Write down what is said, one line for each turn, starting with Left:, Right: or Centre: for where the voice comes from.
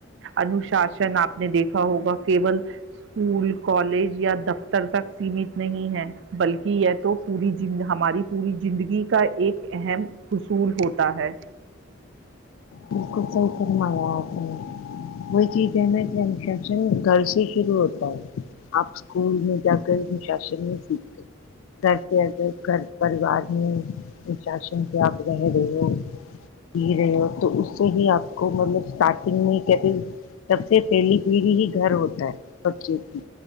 Right: انوشاسن آپ نے دیکھا ہوگا کیول اسکول کالج یا دفتر تک سیمت نہیں ہے بلکہ یہ تو پوری ہماری پوری زندگی کا ایک اہم اصول ہوتا ہے
Left: بالکل صحیح فرمایا آپ نے وہی چیز ہے نا کہ انفشن گھر سے شروع ہوتا ہے آپ اسکول میں جا کر انشاسن میں سیکھتے گھر کے گھر پریوار میں شاشن سے آپ رہ رہے ہو ج رہے ہو تو اس سے ہی آپ کو مطلب اسٹارٹنگ میں کہتے سب سے پہلی پیڑھی ہی گھر ہوتا ہے بچے تھی